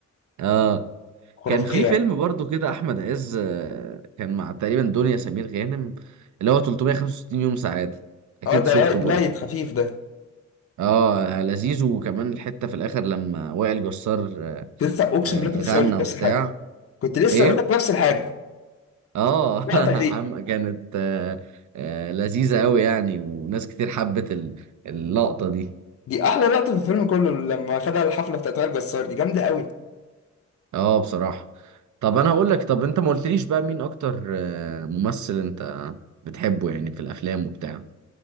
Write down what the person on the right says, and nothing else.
اه
كان في
فيلم برضو كده احمد عز آه، كان مع تقريبا دنيا سمير غانم اللي هو 365 يوم سعاده اكيد
شفته
برضو
اه لذيذ وكمان الحته في الاخر لما وائل جسار
آه،
غنى
وبتاع
ايه
اه
<laughs>
عم كانت آه، آه، لذيذه قوي يعني وناس كتير حبت ال- اللقطه دي
اه بصراحه طب انا هقول لك طب انت ما قلتليش بقى مين اكتر آه، ممثل انت بتحبه يعني في الافلام وبتاع